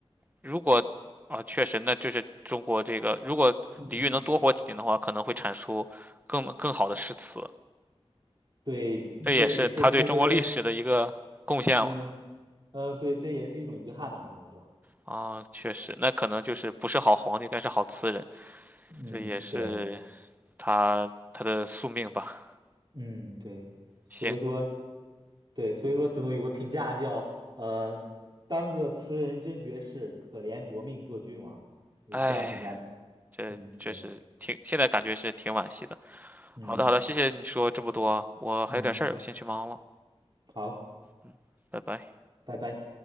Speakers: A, on the right; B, on the right.
A: 如果啊，确实，那就是中国这个，如果李煜能多活几年的话，
B: 嗯，
A: 可能会产出更更好的诗词。
B: 对对，
A: 这也是他对中国历史的一个贡献了
B: 这其实，嗯嗯，对，这也是一种遗憾吧，只能说，
A: 啊，确实，那可能就是不是好皇帝，但是好词人，
B: 嗯，
A: 这也是
B: 对，
A: 他他的宿命吧。
B: 嗯对，所以说，
A: 行，
B: 对，所以说怎么有个评价叫，呃，当个词人真绝世，可怜薄命做君王，有这样评价他，
A: 哎，这确实挺，
B: 嗯，对，
A: 现在感觉是挺惋惜的。
B: 嗯
A: 好的，好的，谢谢你说这么多啊，我还有点事儿，
B: 嗯，
A: 我先去忙了，
B: 好，
A: 嗯，拜拜。
B: 拜拜。